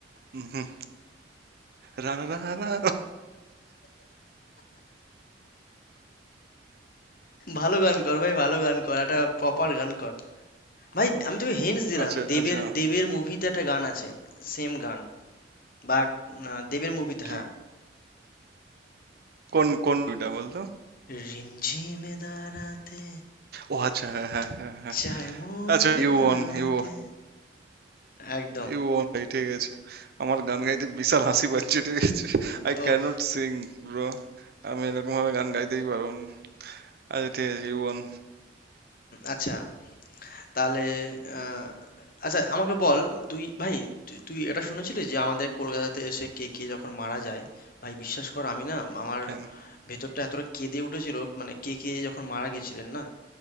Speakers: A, on the right (about 55°); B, on the left (about 50°).
A: উম হুম। রা রা রা রা।
B: ভালো গান কর ভাই ভালো গান কর একটা প্রপার গান কর ভাই আমি তোকে হিন্টস দিলাম
A: আচ্ছা
B: দেবের
A: আচ্ছা
B: দেবের মুভিতে একটা গান আছে সেম গান বাট দেবের মুভিতে
A: কি
B: হ্যাঁ
A: কোন কোন মুভিটা বলতো?
B: রিমঝিমে দাঁড়াতে
A: ও আচ্ছা হ্যাঁ হ্যাঁ হ্যাঁ হ্যাঁ।
B: চাই মন
A: আচ্ছা U
B: হারাতে
A: one U
B: একদম
A: U one ঠিক আছে। আমার গান গাইতে বিশাল হাসি পাচ্ছে ঠিক আছে। I
B: ও
A: can not sing bro. আমি এরকম ভাবে গান গাইতেই পারবো না। আচ্ছা ঠিক আছে ইউ ওয়ান
B: আচ্ছা তাহলে আহ, আচ্ছা আমাকে বল তুই ভাই তুই তুই এটা শুনেছিলি যে আমাদের কলকাতাতে এসে কে কে যখন মারা যায় ভাই বিশ্বাস কর আমি না আমার
A: হ্যাঁ
B: ভেতরটা এতটা কেঁদে উঠেছিল মানে কে কে যখন মারা গেছিলেন না